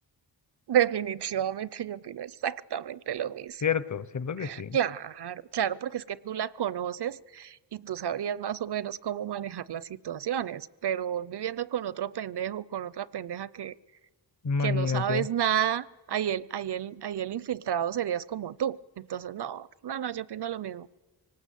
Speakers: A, on the right; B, on the left.
A: Definitivamente yo opino exactamente lo mismo.
B: Cierto, cierto que sí.
A: Claro, claro, porque es que tú la conoces y tú sabrías más o menos cómo manejar las situaciones, pero viviendo con otro pendejo, con otra pendeja que,
B: Imagínate,
A: que no sabes nada, ahí el, ahí el, ahí el infiltrado serías como tú. Entonces, no, no, no, yo opino lo mismo.